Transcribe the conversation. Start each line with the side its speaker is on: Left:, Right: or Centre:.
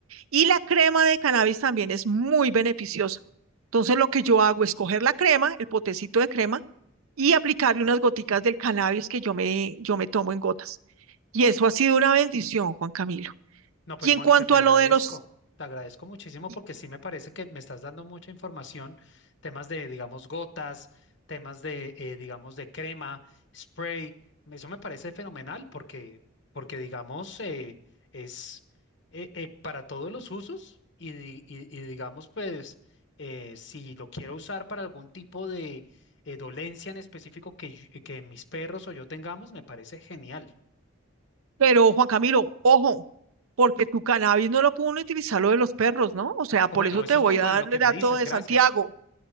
Right: Y la crema de cannabis también es muy beneficiosa. Entonces, lo que yo hago es coger la crema, el potecito de crema, y aplicarle unas goticas del cannabis que yo me, yo me tomo en gotas. Y eso ha sido una bendición, Juan Camilo.
Left: No, pues
Right: Y en
Left: Mónica,
Right: cuanto
Left: te agradezco.
Right: a lo de los
Left: Te agradezco muchísimo
Right: y-
Left: porque sí me parece que me estás dando mucha información, temas de, digamos, gotas, temas de, eh, digamos, de crema, spray. Eso me parece fenomenal porque, porque digamos, eh, es eh, eh, para todos los usos y, di- y- y digamos, pues, eh, si lo quiero usar para algún tipo de eh, dolencia en específico que, yo- que mis perros o yo tengamos, me parece genial.
Right: Pero Juan Camilo, ojo, porque tu cannabis no lo pueden utilizar lo de los perros, ¿no? O sea, por
Left: O bueno,
Right: eso
Left: eso
Right: te voy
Left: es muy bueno
Right: a dar
Left: lo que
Right: el dato
Left: me dices.
Right: de
Left: Gracias.
Right: Santiago.